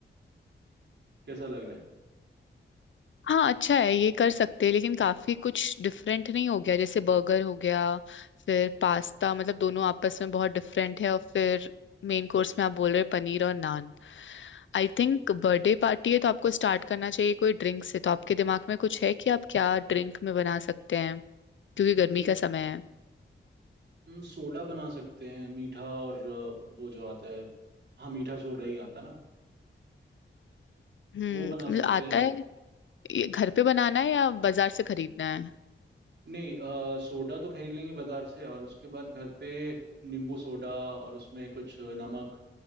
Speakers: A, on the right; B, on the left.
A: कैसा लग रहा है
B: हाँ अच्छा है ये कर सकते हैं लेकिन काफी कुछ डिफरेंट नहीं हो गया जैसे बर्गर हो गया फिर पास्ता मतलब दोनों आपस में बहुत डिफरेंट है और फिर मेन कोर्स में आप बोल रहे हैं पनीर और नान आई थिंक बर्थडे पार्टी है तो आपको स्टार्ट करना चाहिए कोई ड्रिंक से तो आपके दिमाग में कुछ है कि आप क्या ड्रिंक में बना सकते हैं क्योंकि गर्मी
A: ड्रिंक
B: का समय है
A: सोडा बना सकते हैं मीठा और अ, वो जो आता है हाँ मीठा सोडा ही आता ना
B: हम्म
A: वो बना
B: मतलब
A: सकते
B: आता
A: हैं
B: है ये घर पे बनाना है या बाजार से खरीदना है
A: नहीं अ, सोडा तो खरीद लेंगे बाजार से और उसके बाद घर पे नींबू सोडा और उसमें कुछ नमक